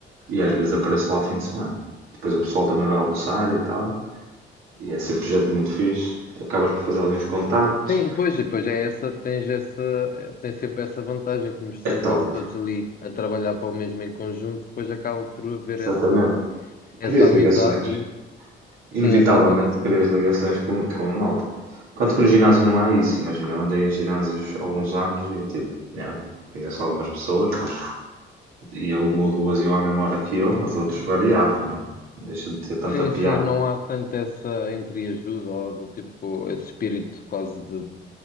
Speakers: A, on the right; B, on the left.
A: e às vezes apareço lá ao fim de semana. Depois o pessoal também vai almoçar e tal, e é sempre gente muito fixe. Acabas por fazer alguns contactos,
B: Sim, pois, e depois é essa, tens essa, eh, tens sempre essa vantagem, como estão
A: é top,
B: quase todos ali a trabalhar para o mesmo em conjunto, depois acaba por haver
A: exatamente.
B: essa, essa
A: Crias
B: amizade
A: ligações,
B: e
A: inevitavelmente
B: sim, essas ligações
A: crias ligações com, com malta. Enquanto que no ginásio não há isso, imagina, eu andei em ginásios há alguns anos e tipo, yeah, conheço algumas pessoas, mas E ele uma ou duas iam à mesma hora que eu, mas outros variavam, né? Deixa de ter tanta
B: Sim,
A: piada.
B: sim, não há tanto essa entreajuda ou do tipo esse espírito quase de.